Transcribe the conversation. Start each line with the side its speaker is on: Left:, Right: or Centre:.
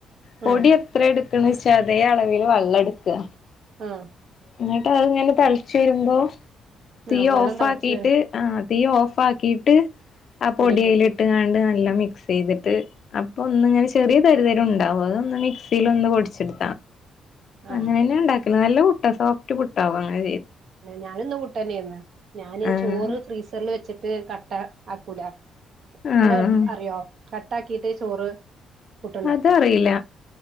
Left: പൊടി
Right: ആഹ്
Left: എത്ര എടുക്കണ്ച്ചാ അതേ അളവിൽ വള്ളെട്ക്ക
Right: ആഹ്
Left: എന്നിട്ട് അത്ങ്ങനെ തളച്ചരുമ്പോ തീ
Right: ആഹ് വെള്ളം
Left: ഓഫ്
Right: തിളച്ചു
Left: ആക്കീട്ട്
Right: വരും
Left: ആ തീ ഓഫ് ഫാക്കീട്ട് ആ
Right: പൊടിയിട്ട്
Left: പൊടിയയിൽ
Right: കൊടുക്കും
Left: ഇട്ട്ങ്ങാണ്ട് നല്ല മിക് ക്സെയ്തിട്ട് അപ്പൊ ഒന്നിങ്ങനെ ചെറിയ തരിതരം ഉണ്ടാവും.. അതൊന്ന് മിക്സിലൊന്ന് പൊടിച്ചെടു
Right: ആഹ്
Left: അങ്ങനെന്ന ഇണ്ടാക്കല് നല്ല പുട്ടാ സോഫ്റ്റ് പുട്ടാവും അങ്ങനെ ചെയ്
Right: ഞാനൂന്ന് പുട്ടെന്നേർന്ന്.. ഞാന്
Left: ആഹ്
Right: ചോറ് ഫ്രീസറിൽ വെച്ചി ത് കട്ട ആക്കൂല.. <unintelligible>
Left: ആഹ്
Right: അറിയോ കട്ട ആക്കീട്ട് ചോറ് പുട്ട്ണ്ടാക്കും..
Left: അതറിയില്ല